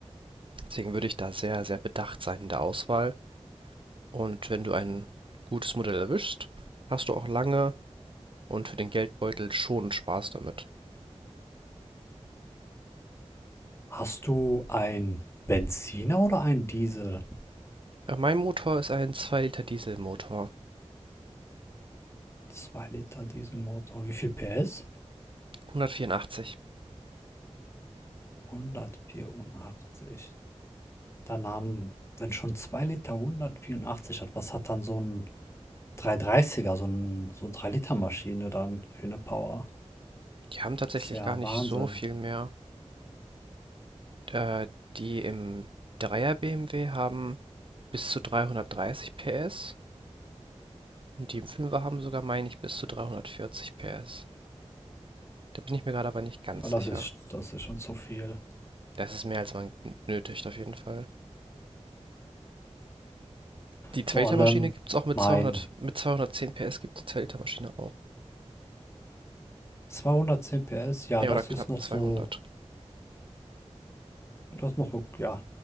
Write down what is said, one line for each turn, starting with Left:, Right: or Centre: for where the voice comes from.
Right: Deswegen würde ich da sehr, sehr bedacht sein in der Auswahl. Und wenn du ein gutes Modell erwischst, hast du auch lange und für den Geldbeutel schon Spaß damit.
Left: Hast du einen Benziner oder einen Diesel?
Right: Äh, mein Motor ist ein 2 Liter Dieselmotor,
Left: Zwei Liter Dieselmotor. Wie viel PS?
Right: 184.
Left: hundertvierundachtzig Dann haben, wenn schon 2 Liter hundertvierundachtzig hat, was hat dann so ein 330 so ein so 3 Liter Maschine dann für eine Power?
Right: Die haben tatsächlich
Left: Ist ja
Right: gar nicht
Left: Wahnsinn.
Right: so viel mehr. Äh, die im 3er BMW haben bis zu 330 PS und die im Fünfer haben sogar, meine ich, bis zu 340 PS. Da bin ich mir gerade aber nicht ganz
Left: Aber Das
Right: sicher.
Left: ist, das ist schon zu viel.
Right: Das ist mehr, als man n- nötigt, auf jeden Fall. Die 2-Liter-Maschine
Left: Vor allem
Right: gibt es auch mit
Left: mein
Right: 200, mit 210 PS gibt es die 2-Liter-Maschine auch.
Left: 210 PS, ja,
Right: Ja,
Left: das
Right: oder knappen
Left: ist noch
Right: 200.
Left: so, das ist noch, ok- ja,